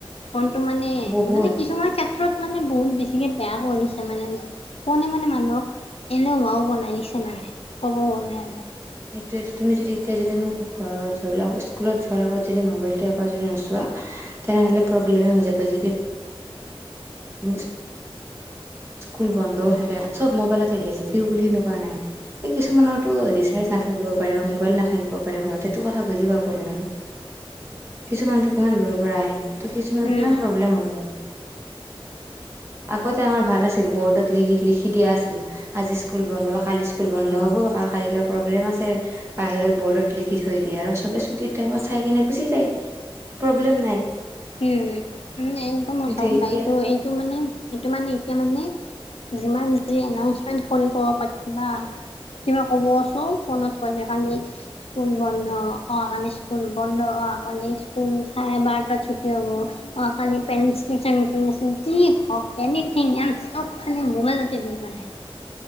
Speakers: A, on the left; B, on the right.
A: ফোনটো মানে
B: বহুত
A: মানে কিছুমান ক্ষে ত্ৰত মানে বহুত বেছিকে বেয়া কৰিছে মানে ফোনে মানে মানুহক এনেও মাও বনাই নিছে মানে ক'ব গ'লে আৰু।
B: সেইটোয়ে তুমি যদি এতিয়া যদি ম ঘৰত ধৰি লোৱা স্কুলত যোৱাৰ আগত যদি মোবাইলটো এবাৰ যদি নোচোৱা তেনেহলে প্ৰব্লেম হৈ যাব যে কি ইনিচ স্কুল বন্ধও থাকে চব মোবাইলতে গাইও বুলি সেনেকুৱা নাই এই কিছুমানৰতো ৰিচাৰ্জ নাথাকিব পাৰে বা মোবাইল নাথাকিব পাৰে ঘৰত এইটো কথা বুজি পাব লাগে ন। কিছুমানতো কিমান দূৰৰ পৰা আহে ত কিছুমানৰ
A: উম
B: কিমান প্ৰব্লেম হৈ যায়। আগতে আমাৰ ভাল আছিল বৰ্ডত লিখি লিখি দিয়া আছিল আজি স্কুল বন্ধ বা কালি স্কুল বন্ধ হ'ব। কা কাইকাৰ প্ৰগ্ৰেম আছে বাহিৰত বৰ্ডত লিখি থৈ দিয়ে আৰু চবে ছুটি টাইমত চাই কিনে গুচি যায় হেহ প্ৰব্লেম নাই।
A: উম উম একদম সঁচা
B: কিন্তু
A: কথা
B: এতিয়া
A: এইটো এইটো মানে সেইটো মানে এতিয়া মানে যিমান যি এনাউচমেন্ট কৰিব বাত কিবা কিবা কব চো ফোনত কলে কালি স্কুল বন্ধ অহা কালি স্কুল বন্ধ অহা কালি স্কুল চাই এবাৰ তাছত কি হব অহা কালি পেৰেড টিচাৰ মিটিং আছে যি হওঁক এনিথিং এন চব খি। মোবাইল আছে মোৰ কাৰনে